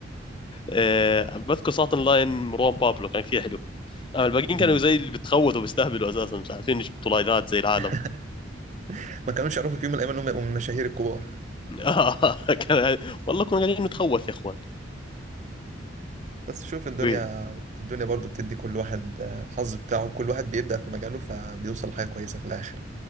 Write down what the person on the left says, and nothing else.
إيه، بذكر ساعة لاين مروان بابلو كان كثير حلو أما الباقيين
كانوا زي اللي بتخوتوا بيستهبلوا أساسا مش عارفين يجبطوا لايفات زي العالم
<laughs> آه، كان يعني، والله كنا قاعدين نتخوث يا إخوان
و-